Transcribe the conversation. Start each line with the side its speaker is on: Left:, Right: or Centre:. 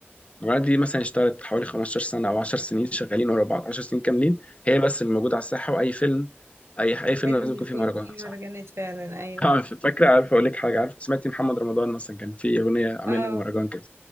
Left: المهرجانات دي مثلا اشتغلت حوالي 15 سنه او 10 سنين شغالين ورا بعض 10 سنين كاملين هي بس اللي موجوده على الساحه واي فيلم اي اي
Right: لازم
Left: فيلم لازم
Right: يكون
Left: يكون فيه مهرجان
Right: في
Left: صح
Right: مهرجانات فعلا ايوه
Left: <laughs> عارف- فاكره عارف اقول لك حاجه عارف سمعتي محمد رمضان مثلا كان في اغنيه عاملها
Right: اه
Left: مهرجان كده